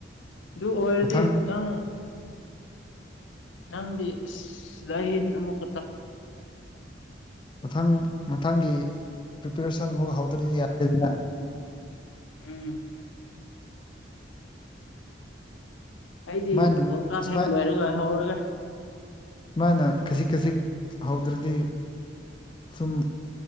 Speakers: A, on the left; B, on the left.
A: ꯑꯗꯨ ꯑꯣꯏꯔꯗꯤ
B: ꯃꯊꯪ
A: ꯅꯪ ꯅꯪꯗꯤ ꯑꯁ ꯂꯥꯏꯔꯤꯛ ꯍꯩꯕꯅꯤꯅ ꯑꯃꯨꯛ
B: ꯃꯊꯪ ꯃꯊꯪꯒꯤ ꯄ꯭ꯔꯤꯄꯦꯔꯦꯁꯟ ꯃꯨꯛ ꯍꯧꯗ꯭ꯔꯗꯤ ꯌꯥꯗꯦꯗꯅ
A: ꯎꯝ ꯑꯩꯗꯤ
B: ꯁꯨꯃꯥꯏꯅ
A: ꯋꯥꯜ ꯀꯥꯞ
B: ꯁꯨꯃꯥꯏ
A: ꯍꯦꯛ ꯂꯣꯏꯔꯒ ꯍꯧꯔꯒꯦ
B: ꯁꯨꯃꯥꯏꯅ ꯈꯖꯤꯛ ꯈꯖꯤꯛ ꯍꯧꯗ꯭ꯔꯗꯤ ꯁꯨꯝ